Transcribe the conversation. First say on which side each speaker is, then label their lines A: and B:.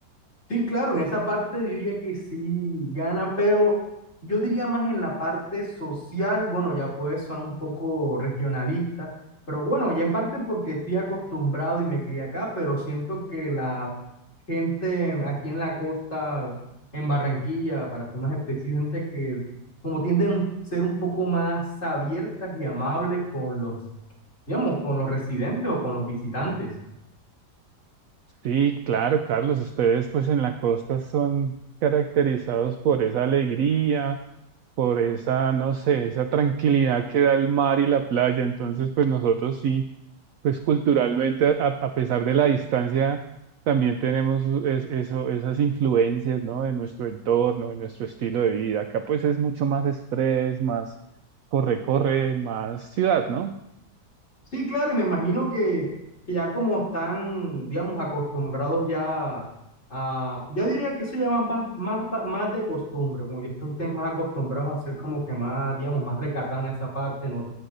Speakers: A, on the left; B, on the right.
A: Sí, claro, en esa parte yo diría que sí gana, pero yo diría más en la parte social, bueno, ya puede sonar un poco regionalista, pero bueno, ya en parte porque estoy acostumbrado y me crié acá, pero siento que la gente aquí en la costa, en Barranquilla, para ser más específico, gente que como tienden a ser un poco más abiertas y amables con los, digamos, con los residentes o con los visitantes.
B: Sí, claro, Carlos, ustedes pues en la costa son caracterizados por esa alegría, por esa, no sé, esa tranquilidad que da el mar y la playa. Entonces, pues nosotros sí, pues culturalmente, a, a pesar de la distancia, también tenemos es- eso, esas influencias, ¿no? De nuestro entorno, de nuestro estilo de vida. Acá pues es mucho más estrés, más corre-corre, más ciudad, ¿no?
A: Sí, claro, y me imagino que, que ya como están, digamos, acostumbrados ya a, yo diría que eso ya va más, más, va- más de costumbre, como ya están ustedes más acostumbrados a ser como que más, digamos, más recatados en esa parte, no,